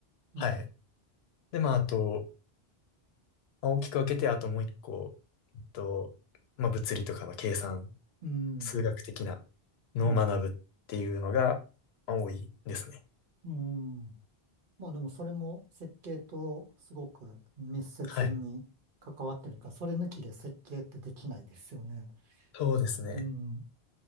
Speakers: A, on the right (about 60°); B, on the left (about 80°).
A: うん。
B: はい。で、まあ、あと、まあ、大きく分けて、あともう一個、えっと、まあ、物理とかの計算、
A: うん。
B: 数学的なのを学ぶっていうのが、
A: うん。
B: まあ多いですね。
A: うん。まあでもそれも設計とすごく密接に関わってるから、
B: はい。
A: それ抜きで設計ってできないですよね。
B: そうですね。
A: うん。